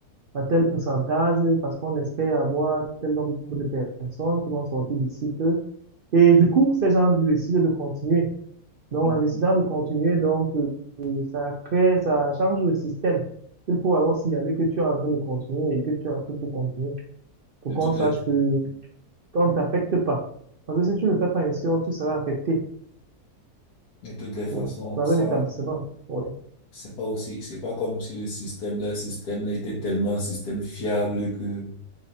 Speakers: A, on the right (about 60°); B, on the left (about 70°).
A: à tel pourcentage, parce qu'on espère avoir tel nombre de personnes qui vont sortir d'ici peu. Et du coup, ces gens décident de continuer. Donc,
B: Mhm.
A: en décidant de continuer, donc, euh, euh, ça crée, ça change le système. Il faut alors signaler que tu es en train de continuer et que tu as tout pour continuer, pour
B: De
A: qu'on
B: toutes
A: sache
B: les,
A: que qu'on ne t'affecte pas. Parce que si tu ne le fais pas ainsi, oh, tu seras affecté,
B: de toutes les façons,
A: oui, dans
B: ça,
A: un établissement, oui.
B: C'est pas aussi, c'est pas comme si le système, le système là était tellement un système fiable que,